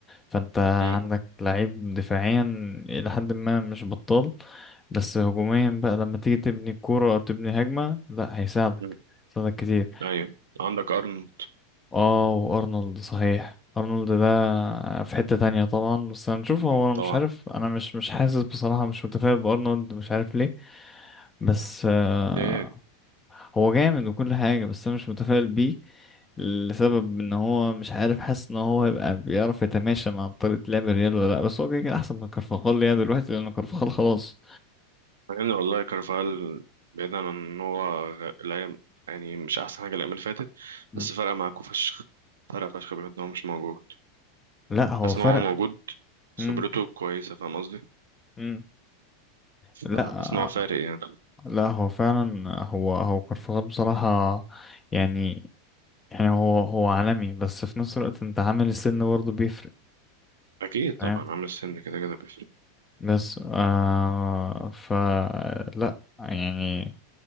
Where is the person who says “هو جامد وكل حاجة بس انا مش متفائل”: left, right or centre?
Left